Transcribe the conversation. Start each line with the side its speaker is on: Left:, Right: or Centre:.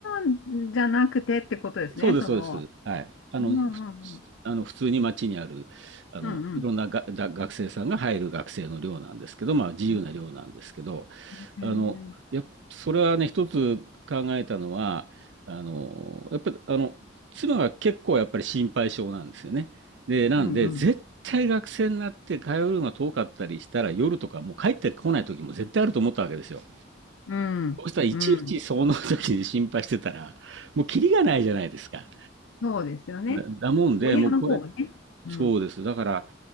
Left: のじゃなくてってことですね、
Right: そうです、
Left: その。
Right: そうです。はい。あの、
Left: うん、
Right: ふ
Left: うん、うん、
Right: あの普通に街にある、あの、
Left: うん、
Right: いろんなが、だ学生さんが入る学生の寮なんですけど、まあ自由な寮なんですけど、
Left: うん。へー
Right: あの、やっ、それはね、一つ考えたのは、あの、やっぱり、あの、妻が結構やっぱり心配性なんですよね。で、なんで、
Left: うん、
Right: 絶対学生になって通うのが遠かったりしたら、
Left: うん、
Right: 夜とかもう帰ってこない時も絶対あると思ったわけですよ。
Left: うん、
Right: そしたらいちいちその時に心配してたら、
Left: うん。
Right: もうキリがないじゃないですか。
Left: そうですよね。
Right: だだもんで、
Left: 親の方がね。
Right: もうこれ、そうです。
Left: うん、
Right: だから、